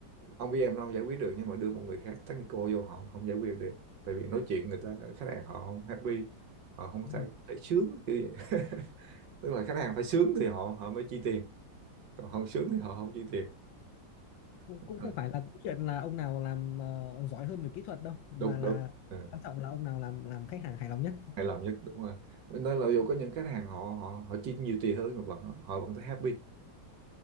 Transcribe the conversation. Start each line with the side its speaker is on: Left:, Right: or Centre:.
Right: ông VM nó không giải quyết được nhưng mà đưa một người khác technical vô họ không, không giải quyết được tại vì nói chuyện người ta khách hàng họ không happy họ không
Left: Đúng
Right: thấy,
Left: rồi.
Right: thấy sướng kiểu vậy <laughs> tức là khách hàng phải sướng thì họ họ mới chi tiền còn không sướng thì họ không chi tiền
Left: cũng
Right: Ừ,
Left: cũng không phải là câu chuyện là ông nào làm ờ, giỏi hơn về kỹ thuật đâu mà
Right: đúng
Left: là
Right: đúng Ừ.
Left: quan trọng là ông nào làm làm khách hàng hài lòng nhất
Right: hài lòng nhất đúng rồi nên là dù có những khách hàng họ họ họ chi nhiều tiền hơn mà vẫn họ vẫn thấy happy